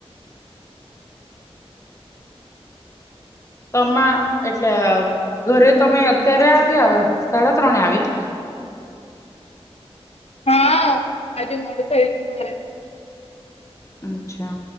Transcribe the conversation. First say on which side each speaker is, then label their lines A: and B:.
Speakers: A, on the left; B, on the left.
A: તમામાં એટલે ઘરે તમે અત્યારે આવ્યા સાડા ત્રણે આવ્યા
B: હા હજુ મોડું થયું મારે
A: અચ્છા